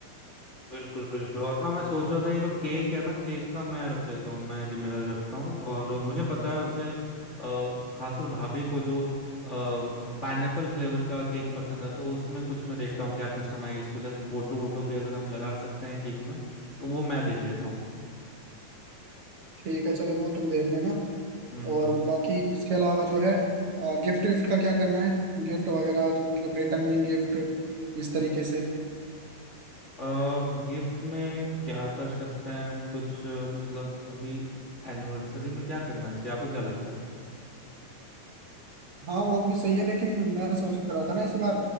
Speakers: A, on the left; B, on the right.
A: बिल्कुल बिल्कुल और ना मैं सोच रहा था ये जो केक है ना केक का मैं रख लेता हूँ मैं जिम्मेदारी रखता हूँ और मुझे पता है उससे अ, खासकर भाभी को जो पाइनएप्पल फ्लेवर का केक पसंद है तो उसमें कुछ मैं देखता हूँ क्या कस्टमाइज कुछ ऐसे फोटो वोटो भी अगर हम लगा सकते हैं केक में तो वो मैं देख लेता हूँ
B: ठीक है चलो वो तुम देख लेना
A: हम्म
B: और बाकी उसके अलावा जो है गिफ्ट विफ्ट का क्या करना है गिफ्ट वगैरह जो मतलब रिटर्निंग गिफ्ट इस तरीके से
A: गिफ्ट में क्या कर सकते हैं हम कुछ अ, मतलब अभी एनिवर्सरी में क्या करना चाहिए आपको क्या लगता है
B: हाँ वो भी सही है लेकिन मैं सोच रहा था ना इस बार